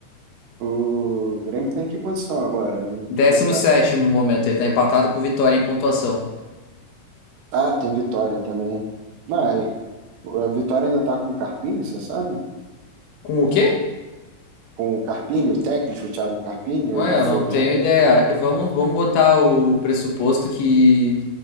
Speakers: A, on the right; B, on the left.
A: O Grêmio tem que posição agora? Eu não
B: Décimo
A: tô lembrado.
B: sétimo no momento, ele tá empatado com o Vitória em pontuação.
A: Ah, tem Vitória também. Não, aí, a Vitória ainda tá com o Carpini, você sabe?
B: Com o quê?
A: com o Carpini, o técnico, o Thiago Carpini,
B: Ué,
A: ele
B: eu
A: foi
B: não tenho
A: já.
B: ideia. Vamos, vamos botar o pressuposto que